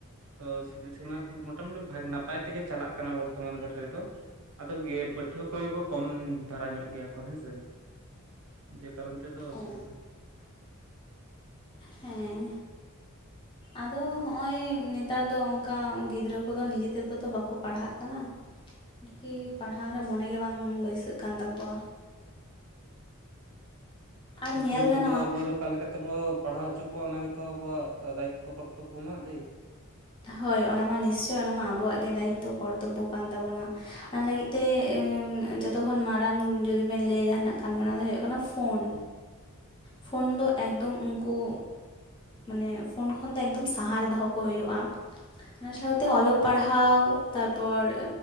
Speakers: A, on the right; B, on the left.
A: ᱛᱚ ᱥᱤᱠᱷᱱᱟᱹᱛ <unintelligible> ᱵᱷᱟᱜ ᱱᱟᱯ ᱱᱟᱯᱟᱭ ᱛᱮᱜᱮ ᱪᱟᱞᱟᱜ ᱠᱟᱱᱟ ᱵᱚᱨᱛᱚᱢᱟᱱ ᱫᱷᱟᱹᱨ ᱨᱮᱫᱚ ᱟᱫᱚ ᱯᱟᱹᱴᱷᱩᱣᱟᱹ ᱠᱚᱜᱮ ᱠᱚ ᱠᱚᱢ ᱫᱷᱟᱨᱟ ᱧᱚᱜ ᱜᱮᱭᱟ ᱠᱚ ᱦᱮᱸᱥᱮ ᱡᱮ ᱠᱟᱨᱚᱱ ᱛᱮᱫᱚ ᱚᱥᱩᱵᱤᱫᱷᱟ
B: ᱚ ᱦᱮᱸ ᱟᱫᱚ ᱦᱚᱜᱼᱚᱭ ᱱᱮᱛᱟᱨ ᱫᱚ ᱚᱱᱠᱟ ᱜᱤᱫᱽᱨᱟᱹ ᱠᱚᱫᱚ ᱱᱤᱡᱮ ᱛᱮᱫᱚ ᱛᱚ ᱵᱟᱠᱚ ᱯᱟᱲᱦᱟᱜ ᱠᱟᱱᱟ ᱾ ᱟᱨᱠᱤ ᱯᱟᱲᱦᱟᱣ ᱨᱮ ᱢᱚᱱᱮ ᱜᱮ ᱵᱟᱝ ᱵᱟᱹᱭᱥᱟᱹᱜ ᱠᱟᱱ ᱛᱟᱠᱚᱣᱟ ᱟᱨ
A: ᱠᱤᱱᱛᱩ
B: ᱧᱮᱞ
A: ᱩᱱᱠᱩ
B: ᱜᱟᱱᱚᱜᱼᱟ
A: ᱫᱚ ᱟᱵᱚ ᱚᱠᱟ ᱞᱮᱠᱟ ᱛᱮ ᱵᱚ ᱯᱟᱲᱦᱟᱣ ᱦᱚᱪᱚ ᱠᱚᱣᱟ ᱚᱱᱟ ᱜᱮᱛᱚ ᱟᱵᱚᱣᱟᱜ ᱫᱟᱭᱤᱛᱚ ᱠᱚᱨᱛᱚᱵᱚ ᱢᱟ ᱫᱟᱹᱭ
B: ᱦᱳᱭ ᱚᱱᱟᱢᱟ ᱱᱤᱥᱪᱳᱭ ᱚᱱᱟ ᱢᱟ ᱟᱵᱚᱣᱟᱜ ᱜᱮ ᱫᱟᱭᱤᱛᱚ ᱠᱚᱨᱛᱚᱵᱽᱵᱚ ᱠᱟᱱ ᱛᱟᱵᱚᱱᱟ ᱾ ᱚᱱᱟ ᱞᱟᱹᱜᱤᱫ ᱛᱮ ᱡᱚᱛᱚ ᱠᱷᱚᱱ ᱢᱟᱨᱟᱝ ᱡᱩᱫᱤ ᱵᱮᱱ ᱞᱟᱹᱭᱟ ᱡᱟᱦᱟᱱᱟᱜ ᱠᱟᱹᱢᱤ ᱚᱱᱟ ᱫᱚ ᱦᱩᱭᱩᱜ ᱠᱟᱱᱟ ᱯᱷᱳᱱ ᱯᱷᱳᱱ ᱫᱚ ᱮᱠᱫᱚᱢ ᱩᱱᱠᱩ ᱢᱟᱱᱮ ᱯᱷᱳᱱ ᱠᱷᱚᱱ ᱫᱚ ᱮᱠᱫᱚᱢ ᱥᱟᱦᱟ ᱨᱮ ᱫᱚᱦᱚ ᱠᱚ ᱦᱩᱭᱩᱜᱼᱟ᱾ ᱚᱱᱟ ᱥᱟᱶᱛᱮ ᱚᱞᱚᱜ ᱯᱟᱲᱦᱟᱣ ᱛᱟᱨᱯᱚᱨ